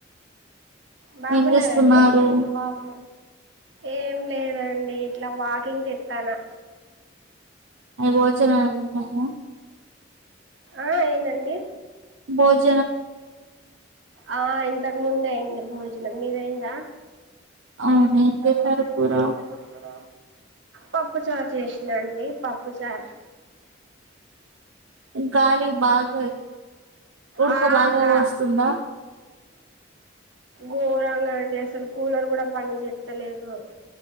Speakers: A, on the right (about 70°); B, on the right (about 80°).
A: బాగున్నారండి
B: ఏం చేస్తున్నారు
A: ఏం చేస్తున్నారు ఏం లేదండి ఇట్లా వాకింగ్ చెత్తనా
B: ఏ భోజనాలు తిన్నారా
A: ఆ ఏమండీ
B: బోజ
A: ఆ ఇంతకు ముందే అయింది భోజనం మీదయిందా
B: అవును ఏం చేశారు
A: ఆ
B: కూర
A: చేసరప్పుర పప్పు చారు చేసినండి పప్పు చారు
B: గాలి బాగా ఉడక
A: ఆ
B: బాగా
A: గా
B: వస్తుందా
A: ఘోరంగా అండి అసలు కూలర్ కూడా పనిచేత్తలేదు